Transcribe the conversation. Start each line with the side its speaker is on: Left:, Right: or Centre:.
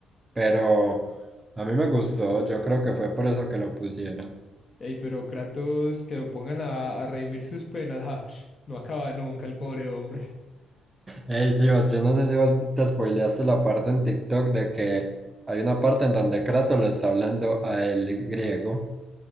Right: pero a mí me gustó, yo creo que fue por eso que lo pusieron.
Left: Ey, pero Kratos, que lo pongan a, a redimir sus penas, ja, no acaba nunca el pobre hombre.
Right: Ey, sí, vos, yo no sé si vos te spoileaste la parte en TikTok de que hay una parte en donde Kratos le está hablando a el griego.